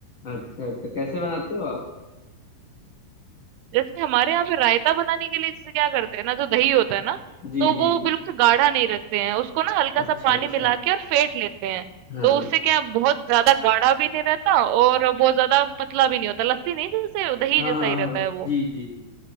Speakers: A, on the left (about 80°); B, on the right (about 85°).
A: अच्छा अच्छा कैसे बनाते हो आप
B: जैसे हमारे यहाँ पे रायता बनाने के लिए जैसे क्या करते हैं ना जो दही होता है ना
A: जी
B: तो
A: जी
B: वो
A: जी
B: बिल्कुल गाढ़ा नहीं रखते हैं उसको ना हल्का
A: अच्छा
B: सा पानी
A: अच्छा
B: मिला के और फेंट लेते हैं।
A: हाँ
B: तो उससे क्या है, बहुत ज़्यादा गाढ़ा भी नहीं रहता और बहुत ज़्यादा पतला भी नहीं होता। लस्सी नहीं जैसे दही
A: हाँ
B: जैसा
A: हाँ
B: ही रहता
A: हाँ
B: है वो।
A: जी जी जी